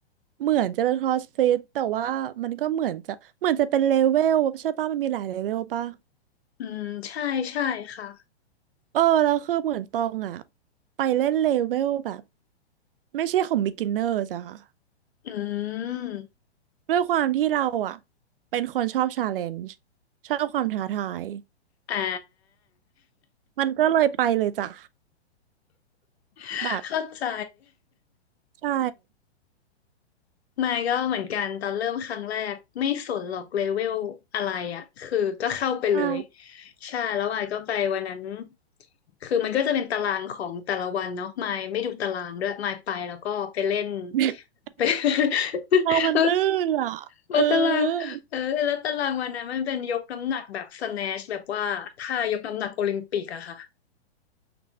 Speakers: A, on the right; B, on the left.
A: เหมือนจะเป็นคลาสฟิตแต่ว่ามันก็เหมือนจะเหมือนจะเป็นเลเวลใช่ป่ะมันมีหลายเลเวลป่ะ
B: อืมใช่ใช่ค่ะ
A: เออแล้วคือเหมือนตองอ่ะไปเล่นเลเวลแบบไม่ใช่ของ beginner จ้ะค่ะ
B: อืม
A: ด้วยความที่เราอ่ะเป็นคนชอบ challenge ชอบความท้าทาย
B: อ่า
A: มันก็เลยไปเลยจ้ะ
B: <laughs>
A: แบบ
B: เข้าใจ
A: ใช่
B: ไม่ก็เหมือนกันตอนเริ่มครั้งแรกไม่สนหรอกเลเวลอะไรอ่ะคือก็เข้าไปเลย
A: ใช่
B: ใช่แล้วมายก็ไปวันนั้นคือมันก็จะเป็นตารางของแต่ละวันเนาะมายไม่ดูตารางด้วยมายไปแล้วก็ไปเล่น
A: <laughs>
B: ไป <laughs>
A: เรามันดื้ออ่ะเออ
B: เออ แล้วตารางเออแล้วตารางวันนั้นมันเป็นยกน้ำหนักแบบสแนชแบบว่าท่ายกน้ำหนักโอลิมปิกอะค่ะ